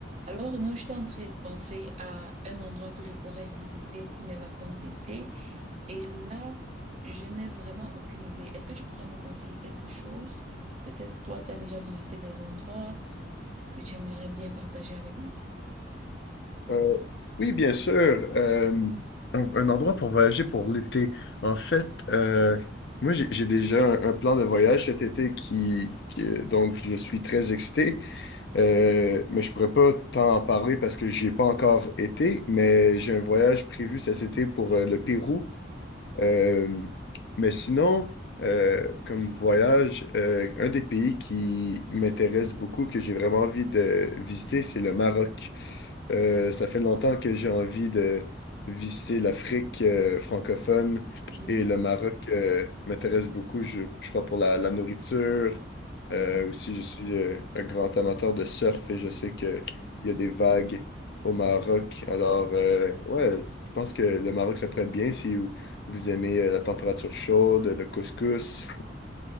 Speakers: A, on the right; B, on the left.
A: Alors, non, j'étais en train de penser à un endroit que je pourrais visiter pour mes vacances d'été. Et là, je n'ai vraiment aucune idée. Est-ce que tu pourrais me conseiller quelque chose? Peut-être toi, tu as déjà visité des endroits que tu aimerais bien partager avec moi.
B: Euh, oui, bien sûr. euh, un, un endroit pour voyager pour l'été. En fait, euh, moi, j'ai j'ai déjà un, un plan de voyage cet été qui, qui- euh, donc, je suis très excité. Euh, mais je pourrais pas t'en parler parce que j'y ai pas encore été. Mais j'ai un voyage prévu cet été pour euh, le Pérou. Euh, mais sinon, euh, comme voyage, euh, un des pays qui m'intéresse beaucoup, que j'ai vraiment envie de visiter, c'est le Maroc. Euh, ça fait longtemps que j'ai envie de visiter l'Afrique euh, francophone
A: Oui,
B: et le Maroc euh, m'intéresse beaucoup. Je, je crois pour la, la nourriture.
A: ouais.
B: Euh, aussi, je suis euh, un grand amateur de surf et je sais qu'il y a des vagues au Maroc. Alors, euh, ouais, je pense que le Maroc, ça pourrait être bien si vous, vous aimez euh, la température chaude, le couscous.